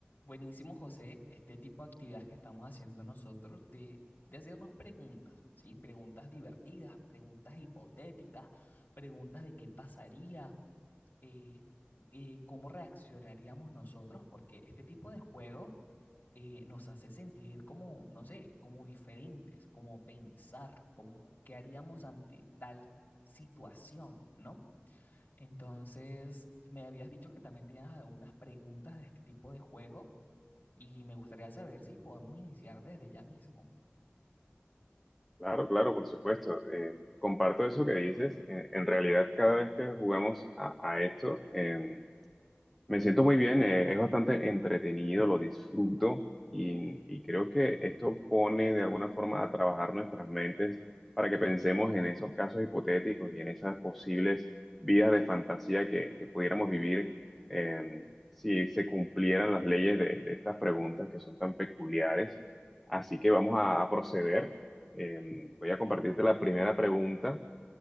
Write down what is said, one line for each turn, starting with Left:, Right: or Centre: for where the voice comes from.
Left: Buenísimo, José, este tipo de actividades que estamos haciendo nosotros de, de hacernos preguntas, ¿sí? Preguntas divertidas, preguntas hipotéticas, preguntas de qué pasaría, eh, eh, cómo reaccionaríamos nosotros, porque este tipo de juego eh, nos hace sentir como, no sé, como diferentes, como pensar, como qué haríamos ante tal situación, ¿no? Entonces, me habías dicho que también tenías algunas preguntas de este tipo de juego. Y me gustaría saber si podemos iniciar desde ya mismo.
Centre: Claro, claro, por supuesto. Eh, comparto eso que dices. En, en realidad, cada vez que jugamos a, a esto, em, me siento muy bien, eh, es bastante entretenido, lo disfruto y, y creo que esto pone de alguna forma a trabajar nuestras mentes para que pensemos en esos casos hipotéticos y en esas posibles vidas de fantasía que, que pudiéramos vivir eh, si se cumplieran las leyes de, de estas preguntas que son tan peculiares. Así que vamos a, a proceder. Eh, voy a compartirte la primera pregunta